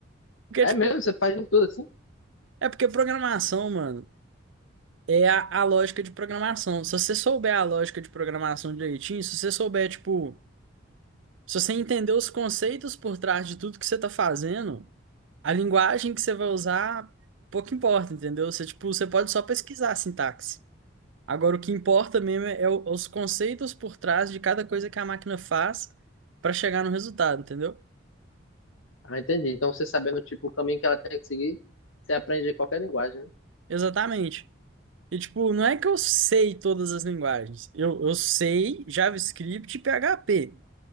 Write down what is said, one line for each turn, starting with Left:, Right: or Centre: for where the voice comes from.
Right: Porque, é,
Left: É
Right: tipo,
Left: mesmo? Você faz de tudo assim?
Right: é porque programação, mano, é a, a lógica de programação. Se você souber a lógica de programação direitinho, se você souber, tipo, se você entender os conceitos por trás de tudo que você tá fazendo, a linguagem que você vai usar, pouco importa, entendeu? Você, tipo, você pode só pesquisar a sintaxe. Agora, o que importa mesmo é, é o- os conceitos por trás de cada coisa que a máquina faz pra chegar no resultado, entendeu?
Left: Ah, entendi. Então, você sabendo, tipo, o caminho que ela tem que seguir, você aprende qualquer linguagem, né?
Right: Exatamente. E, tipo, não é que eu sei todas as linguagens. Eu, eu sei JavaScript e PHP.